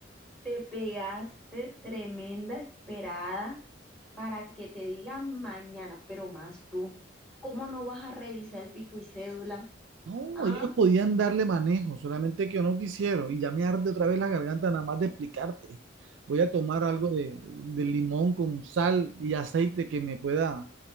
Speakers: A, in the centre; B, on the right.
A: te pegaste tremenda esperada para que te digan mañana, pero más tú, ¿cómo no vas a revisar el pico y cédula?
B: No,
A: Ah,
B: ellos podían darle manejo, solamente que no quisieron. Y ya me arde otra vez la garganta nada más de explicarte. Voy a tomar algo de, de limón con sal y aceite que me pueda